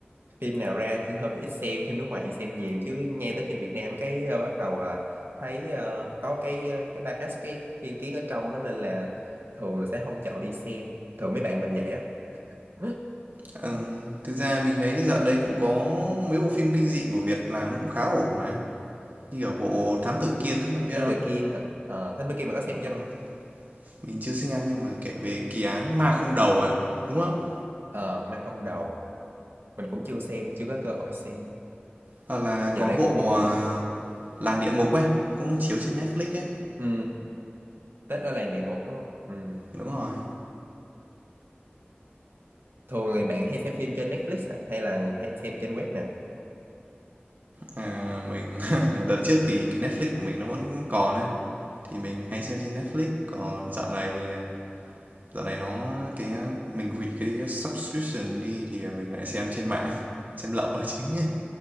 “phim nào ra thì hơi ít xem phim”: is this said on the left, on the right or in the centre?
Right